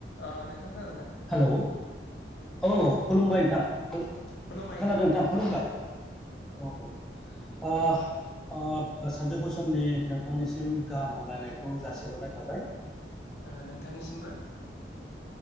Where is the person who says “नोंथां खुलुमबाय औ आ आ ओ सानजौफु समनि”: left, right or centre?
Centre